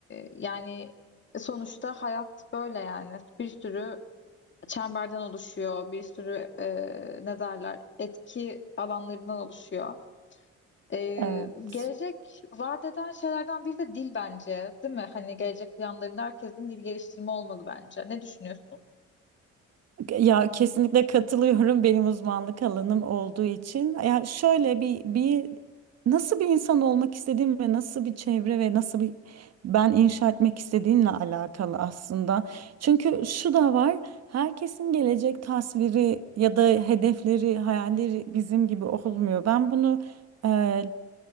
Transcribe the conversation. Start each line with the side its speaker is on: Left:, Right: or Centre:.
Left: yani e, sonuçta hayat böyle yani. Bir sürü çemberden oluşuyor, bir sürü e, ne derler etki alanlarından oluşuyor. E,
Right: Evet.
Left: gelecek vaat eden şeylerden biri de dil bence, değil mi? Hani gelecek planlarında herkesin dil geliştirme olmalı bence. Ne düşünüyorsun?
Right: Ya kesinlikle katılıyorum <laughs> benim uzmanlık alanım olduğu için. Ya şöyle bir bir nasıl bir insan olmak istediğim ve nasıl bir çevre ve nasıl bir ben inşa etmek istediğimle alakalı aslında. Çünkü şu da var. Herkesin gelecek tasviri ya da hedefleri, hayalleri bizim gibi olmuyor. Ben bunu e,